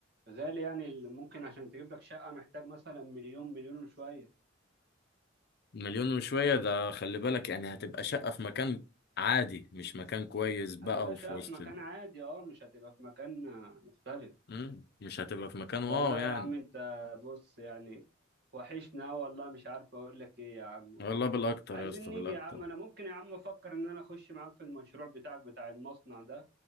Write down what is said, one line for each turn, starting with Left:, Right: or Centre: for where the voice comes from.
Right: غالي يعني ال- ممكن عشان تجيب لك شقة محتاج مثلا مليون مليون وشوية
Left: مليون وشوية ده خلي بالك يعني هتبقى شقة في مكان عادي مش مكان كويس بقى
Right: هتبقى
Left: وفي
Right: شقة
Left: وسط
Right: في مكان
Left: ال-
Right: عادي اه مش هتبقى في مكان آه، مختلف
Left: مم، مش هتبقى في مكان واو
Right: والله يا
Left: يعني
Right: عم انت بص يعني وحشنا والله مش عارف اقول لك ايه يا عم
Left: والله بالاكتر
Right: عايزين
Left: يا اسطى
Right: نيجي
Left: بالاكتر
Right: يا عم انا ممكن يا عم افكر ان انا اخش معاك في المشروع بتاعك بتاع المصنع ده